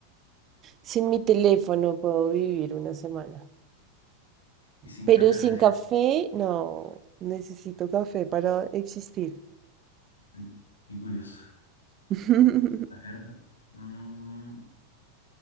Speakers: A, on the right (about 30°); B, on the left (about 75°).
A: Sin mi teléfono puedo vivir una semana,
B: Y sin
A: pero
B: café
A: sin
B: o té.
A: café, no, necesito café para existir.
B: <laughs> Qué curioso.
A: <laughs>
B: A ver. mm,